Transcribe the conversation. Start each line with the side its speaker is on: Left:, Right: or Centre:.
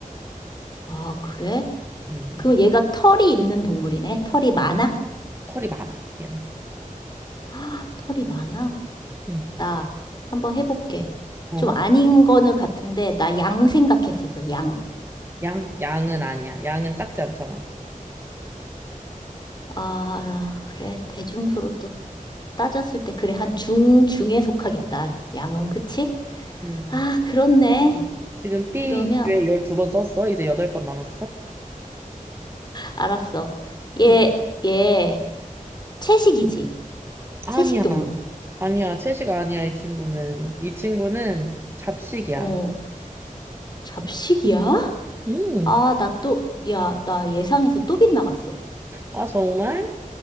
Left: 아, 그래?
Right: 음.
Left: 그럼 얘가 털이 있는 동물이네? 털이 많아?
Right: 털이 많아, 얘는.
Left: <gasps> 아, 털이 많아?
Right: 응.
Left: 나 한번 해볼게.
Right: 어?
Left: 좀 아닌 거는 같은데, 나 양 생각했었어, 양.
Right: 양, 양은 아니야. 양은 작지 않잖아.
Left: 아, 그래. 대중소로 또 따졌을 때, 그래. 한 중, 중에 속하겠다. 양은, 그치?
Right: 음.
Left: 아, 그렇네.
Right: 음. 지금 B
Left: 그러면,
Right: 기회 12번 썼어? 이제 8번 남았어?
Left: 알았어. 얘,
Right: 음.
Left: 얘, 채식이지.
Right: 아니야.
Left: 채식 동물.
Right: 아니야. 채식 아니야, 이 친구는. 이 친구는 잡식이야.
Left: 어, 잡식이야?
Right: 음.
Left: 아, 나 또, 야, 나 예상해서 또 빗나갔어.
Right: 아, 정말?